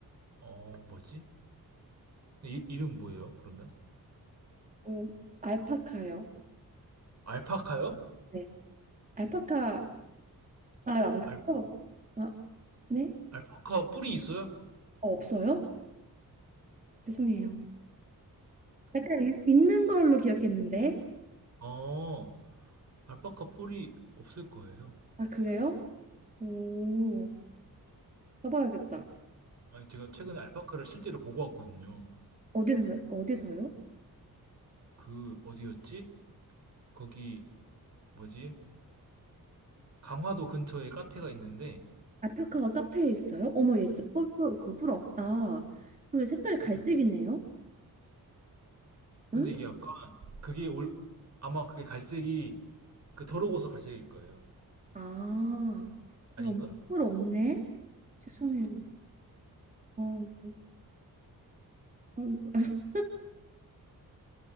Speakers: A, on the right (about 45°); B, on the right (about 20°).
A: 어 뭐지? 이, 이름 뭐예요? 그러면
B: 오, 알파카요.
A: 알파카요?
B: 네. 알파카 알
A: 어
B: 안 낳죠?
A: 알,
B: 아, 네?
A: 알파카 뿔이 있어요?
B: 어, 없어요? 죄송해요. 약간 이- 있는 걸로 기억했는데.
A: 어 알파카 뿔이 없을 거예요.
B: 아, 그래요? 오, 가봐야겠다.
A: 아니 제가 최근에 알파카를 실제로 보고 왔거든요.
B: 어디서, 어디서요?
A: 그 어디였지? 거기 뭐지? 강화도 근처에 카페가 있는데
B: 알파카가 카페에 있어요? 어머, 얘 진짜 뿔, 뿔, 그 부럽다. 그리고 색깔이 갈색이네요?
A: 근데
B: 응?
A: 이게 약간 그게 올 아마 그게 갈색이 그 더러고서 갈색일 거예요.
B: 아, 그렇구나.
A: 아닌가?
B: 어머, 뿔 없네? 죄송해요. 어, 네. 그럼, <laughs>